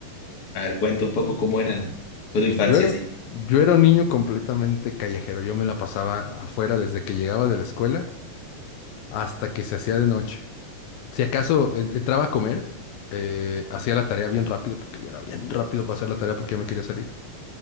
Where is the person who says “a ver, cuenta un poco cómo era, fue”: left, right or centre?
Left